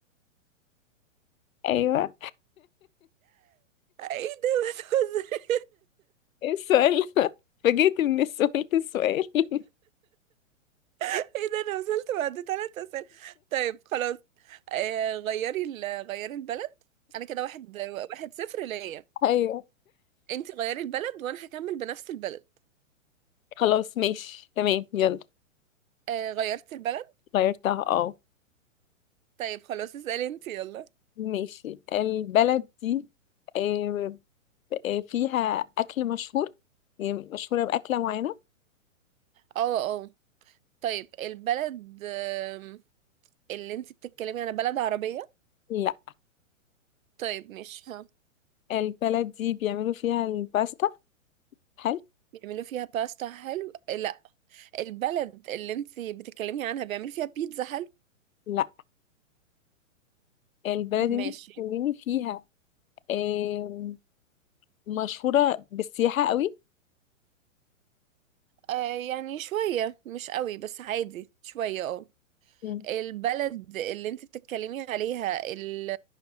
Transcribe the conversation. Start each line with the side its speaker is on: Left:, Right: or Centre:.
Left: ايوه
Right: آه، ايه ده <laughs>
Left: <laughs> ايه السؤال ده؟ فجيت من السؤال السؤال <laughs>
Right: ايه ده انا وصلت بعد ثلاث اسئله طيب خلاص آه غيري ال- غيري البلد انا كده واحد واحد صفر ليا
Left: ايوه
Right: انت غيري البلد وانا هكمل بنفس البلد
Left: خلاص ماشي تمام يلا
Right: آه غيرت البلد
Left: غيرتها اه
Right: طيب خلاص اسالي انت يلا
Left: ماشي البلد دي آه، آه، فيها أكل مشهور يعني مشهورة بأكلة معينة
Right: اه اه طيب البلد آم، اللي انت بتتكلمي عنها بلد عربيه
Left: لا
Right: طيب مش ها
Left: البلد دي بيعملوا فيها الباستا هل
Right: بيعملوا فيها باستا حلو آه، لا البلد اللي انت بتتكلمي عنها بيعملوا فيها بيتزا حلو
Left: لا البلد
Right: ماشي
Left: دي بتتكلمي فيها آم، مشهورة بالسياحة قوي
Right: آه يعني شويه مش قوي بس عادي شويه اه
Left: مم.
Right: البلد اللي انت بتتكلمي عليها ال...